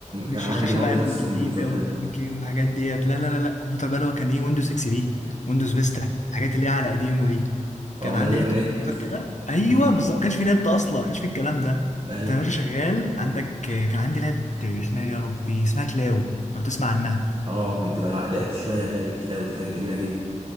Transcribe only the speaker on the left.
مش
الشاشه
بقى الجديده
وال4 كي والحاجات ديت لا لا لا لا الكمبيوتر بقى اللي هو كان ايه ويندوز اكس بي ويندوز فيستا الحاجات اللي هي على قديمه دي
كان
عندي
حته
كمبيوتر كده ايوه
بالظبط ما كانش في نت اصلا ما كانش في الكلام ده
انت يا باشا شغال عندك آه، كان عندي لعبه آه، اسمها يا ربي اسمها كلاو لو تسمع عنها